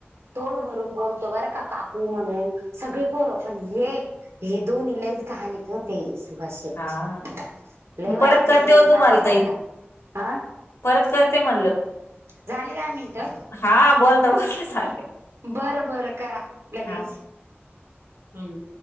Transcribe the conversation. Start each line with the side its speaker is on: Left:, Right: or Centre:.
Right: तोोल भरून बोलतो बरं का काकू म्हणून सगळे पोर पण हे हे दोन्ही लईच गहाण कर होते सुभाष शेट्टी
Left: हा
Right: लवईट
Left: मी परत करते
Right: नजरेन
Left: हो तुम्हाला
Right: पाात वर
Left: ताई
Right: का हा
Left: परत करते म्हणलं
Right: झाले दहा मिनिटं
Left: हा बोलता बोलता चालेल
Right: बरं बरं करा लगेच
Left: हा
Right: हम्